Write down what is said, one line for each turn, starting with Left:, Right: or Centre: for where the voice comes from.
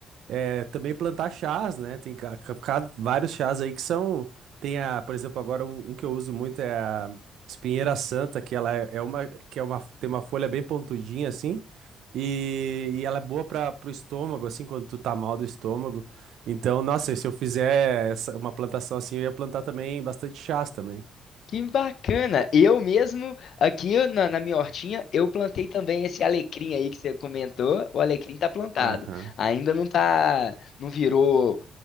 Right: é, também plantar chás, né? Tem ca- ca- ca- vários chás aí que são. Tem a, por exemplo, agora um, um que eu uso muito é a espinheira santa, que ela é é uma, que é uma, tem uma folha bem pontudinha assim, e, e ela é boa para o estômago, assim, quando tu tá mal do estômago. Então, nossa, se eu fizer essa- uma plantação assim, eu ia plantar também bastante chás também.
Left: que bacana. Eu mesmo, aqui na, na minha hortinha, eu plantei também esse alecrim aí que você comentou. O alecrim tá plantado.
Right: Aham.
Left: Ainda não tá, não virou